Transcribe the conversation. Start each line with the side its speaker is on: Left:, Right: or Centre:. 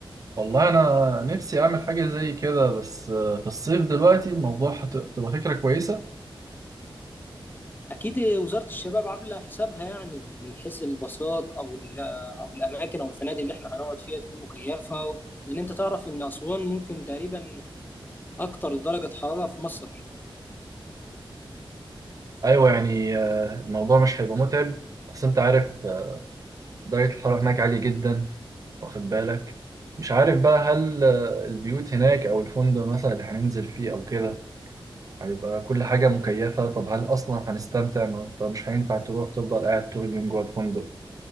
Right: والله أنا نفسي أعمل حاجة زي كده بس آه، في الصيف دلوقتي الموضوع هت- هتبقى فكرة كويسة
Left: اكيد وزاره الشباب عامله حسابها يعني من حيث الباصات او ال- او الاماكن او الفنادق اللي احنا هنقعد فيها تكون مكيفه لان انت تعرف ان اسوان ممكن تقريبا اكتر درجه حراره في مصر
Right: أيوة يعني آه، الموضوع مش هيبقى متعب بس أنت عارف آه، درجة الحرارة هناك عالية جدا واخد بالك مش عارف بقى هل آه، البيوت هناك أو الفندق مثلا اللي هننزل فيه أو كده هيبقى كل حاجة مكيفة طب هل أصلا هنستمتع ما أنت مش هينفع تروح تفضل قاعد طول اليوم جوه الفندق